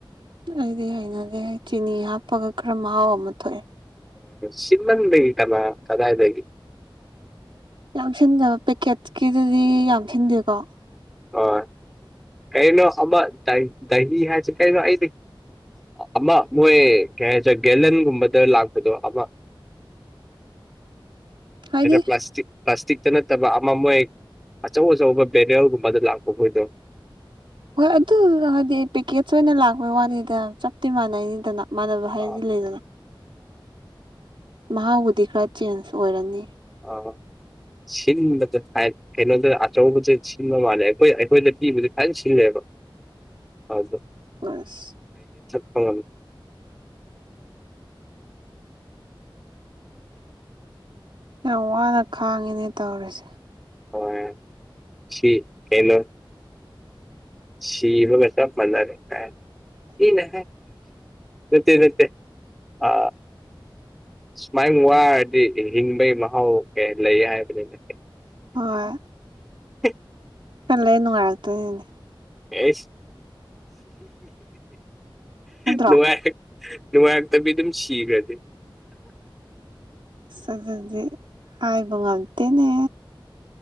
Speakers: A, on the right (about 65°); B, in the centre.
A: ꯑꯩꯗꯤ ꯍꯩꯅꯗꯦ ꯆꯤꯅꯤ ꯍꯥꯞꯄꯒ ꯈꯔ ꯃꯍꯥꯎ ꯑꯃ ꯊꯣꯛꯑꯦ
B: ꯁꯤꯃꯪ ꯂꯩ ꯏ ꯀꯃ ꯀꯗꯥꯥꯏꯗꯗꯒꯤ
A: ꯌꯥꯝ ꯊꯤꯟꯖꯕ ꯄꯦꯛꯀꯦꯠꯀꯤꯗꯨꯗꯤ ꯌꯥꯝ ꯊꯤꯟꯗꯦꯀꯣ
B: ꯍ ꯀꯩꯅꯣ ꯑꯃ ꯗꯍꯤ ꯍꯥꯏꯁꯦ ꯀꯩꯅꯣ ꯑꯩꯗꯤ ꯑꯃ ꯃꯣꯏ ꯀꯩ ꯍꯥꯏꯁꯦ ꯒꯦꯂꯟꯒꯨꯝꯕꯗ ꯂꯥꯛꯄꯗꯣ ꯑꯃ
A: <inaudible> ꯍꯥꯏꯗꯤ
B: ꯄ꯭ꯂꯥꯁꯇꯤꯛ ꯄ꯭ꯂꯥꯁꯇꯤꯛꯇ ꯅꯠꯇꯕ ꯑꯃ ꯃꯣꯏ ꯑꯆꯧ ꯑꯆꯧꯕ ꯕꯦꯔꯦꯜꯒꯨꯝꯕ ꯃꯗ ꯂꯥꯛ ꯍꯣꯏꯗ
A: ꯍꯣꯏ ꯑꯗꯨ ꯍꯥꯏꯗꯤ ꯄꯦꯛꯀꯦꯖ ꯑꯣꯏꯅ ꯂꯥꯛꯄꯩ ꯋꯥꯅꯤꯗ ꯆꯞꯇꯤ ꯃꯥꯟꯅꯩꯅꯤꯗꯅ ꯏ ꯃꯥꯥꯟꯅꯕ ꯍꯥꯏꯔꯗꯤ
B: ꯑꯥ
A: ꯂꯩꯗꯅ ꯃꯍꯥꯎꯕꯨꯗꯤ ꯈꯔ ꯆꯦꯟꯖ ꯑꯣꯏꯔꯅꯤ
B: ꯑ ꯁꯤꯟꯕꯁ ꯀꯩꯅꯣꯗ ꯑꯆꯧꯕꯁꯦ ꯁꯤꯟꯕ ꯃꯥꯜꯂꯦ ꯑꯩꯈꯣꯏ ꯑꯩꯈꯣꯏꯗ ꯄꯤꯕꯁꯦ ꯊꯅ ꯁꯤꯜꯂꯦꯕ
A: <inaudible>
B: ꯑꯗꯨ
A: ꯑꯁ
B: ꯐ
A: ꯌꯥꯝ ꯋꯥꯅ ꯈꯥꯡꯉꯤꯅꯦ ꯇꯧꯔꯤꯁꯦ
B: ꯍ ꯁꯤ ꯀꯩꯅꯣ ꯁꯤꯤꯕꯒ ꯆ ꯃꯅꯔꯦ ꯀꯥꯏ ꯏꯅ ꯅꯠꯇ ꯅꯠꯇ ꯑ ꯁꯨꯃꯥꯏ ꯋꯥꯔꯗꯤ ꯍꯤꯡꯕꯒꯤ ꯃꯍꯥꯎ ꯀꯩ ꯂꯩ ꯍꯥꯏꯕꯅꯤꯅ
A: ꯍꯣꯏ
B: ꯍ
A: ꯀꯜꯂ ꯅꯨꯡꯉꯥꯏꯔꯛꯇꯣꯏꯅꯦꯅꯦ
B: ꯀꯁ
A: ꯅꯠꯇ꯭ꯔꯣ
B: ꯅꯨꯡꯉꯥꯏ ꯅꯨꯡꯉꯥꯏꯔꯇꯕꯤ ꯑꯗꯨꯝ ꯁꯤꯈ꯭ꯔꯗꯤꯦ
A: ꯁꯗꯤ ꯍꯥꯏꯥꯏꯕꯉꯝꯇꯅꯦ